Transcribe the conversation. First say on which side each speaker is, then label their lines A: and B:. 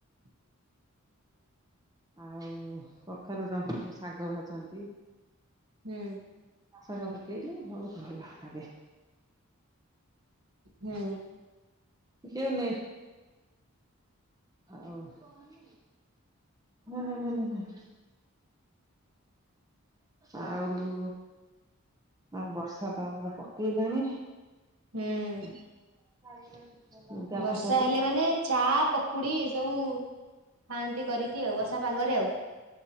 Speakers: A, on the right (about 80°); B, on the right (about 15°).
A: ହଁ <inaudible>
B: ଆଉ କଖାରୁ ଡଙ୍କ କୁ ସାଗ ଭାଜନ୍ତି।
A: ହୁଁ।
B: ଶାଗ ପକେଇଲେ ବହୁତ ଭଲ ଲାଗେ।
A: ହୁଁ।
B: ଟିକେ ନେ ହଉ ନାଇ ନାଇ ନାଇ ନାଇ ନାଇ। ଆଉ ଆଉ ବର୍ଷା ତ ଆମର ପକେଇଲାଣି।
A: ହୁଁ
B: <inaudible> ଲୁଗାପଟା
A: ବର୍ଷା
B: ଟିକେ
A: ହେଲେ ମାନେ ଚା ପକୁଡି ଏ ସବୁ ଖାଆନ୍ତି କରିକି ଆଉ ବର୍ଷା ପାଗରେ ଆଉ